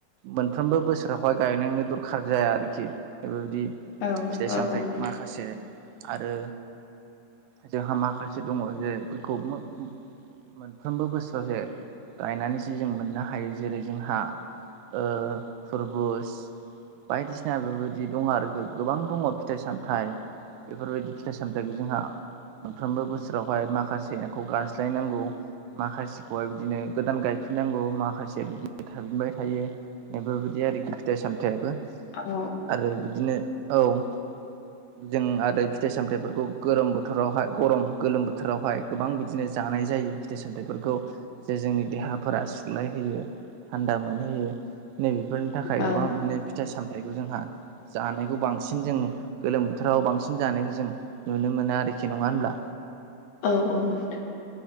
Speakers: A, on the right; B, on the left.
A: मोनफ्रोमबो बोसोरावहाय गायनांनो दरखार जाया आरोखि बेफोरबायदि
B: औ
A: फिथाइ
B: औ नोंथां औ
A: सामथाइ
B: नोंथां
A: माखासे आरो जोंहा माखासे दङ जे बेखौ <unintelligible> मोनफ्रोमबो बोसोराव जे गायनानैसो जों मोननो हायो जेरै जोंहा ओ- फुरबुस बायदिसिना बेबायदि दङ आरोखि गोबां दङ फिथाइ सामथाइ बेफोरबायदि फिथाइ सामथाइ जोंहा मोनफ्रोमबो बोसोरावहाय माखासेखौ गारस्लायनांगौ माखासेखौय बिदिनो गोदान गायफिननांगौ माखासेया बिदिनो थाफिनबाय थायो बेबायदि आरोखि फिथाइ सामथायाबो
B: औ
A: आरो बिदिनो औ- जों आरो फिथाइ सामथाइफोरखौ गरोम बोथोरावहाय गरम गोलोम बोथोरावहाय गोबां बिदिनो जानाय जायो फिथाइ सामथाइफोरखौ जे जोंनि देहाफोरा सुग्लायहोयो थान्दा मोनहोयो नैबेफोरनि थाखाय
B: औ
A: गोबां बिदिनो फिथाइ सामथाइखौ जोंहा जानायखौ बांसिन जों गोलोम बोथोराव बांसिन जानायखौ जों नुनो मोनो आरोखि नङा होनब्ला
B: औ- औ- नोंथां